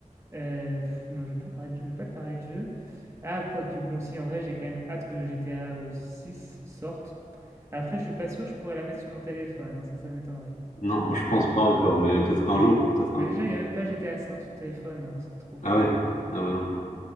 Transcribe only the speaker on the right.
Heu, non, je ne vais pas parler de je vais pas te parler de jeu. Ah, quoique bon, si, en vrai, j'ai quand même hâte que GTA, heu, 6 sorte. Après, je suis pas sûr que je pourrais la mettre sur mon téléphone, hein, ça, ça m'étonnerait.
Dé
mais
déjà,
il y a même pas GTA cinq sur téléphone, alors c'est trop frustrant.